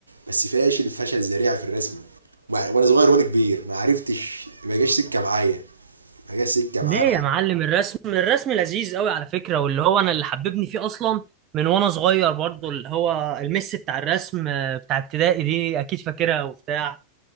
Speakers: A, on the right; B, on the right.
A: بس فاشل فشل ذريع في الرسم وع- وانا صغير وانا كبير ما عرفتش ما جاش سكة معايا ما جاش سكة
B: ليه
A: معايا
B: يا معلم الرسم الرسم لذيذ قوي على فكرة واللي هو انا اللي حببني فيه اصلا من وانا صغير برضو اللي هو المس بتاع الرسم آه، بتاع ابتدائي دي اكيد فاكرها وبتاع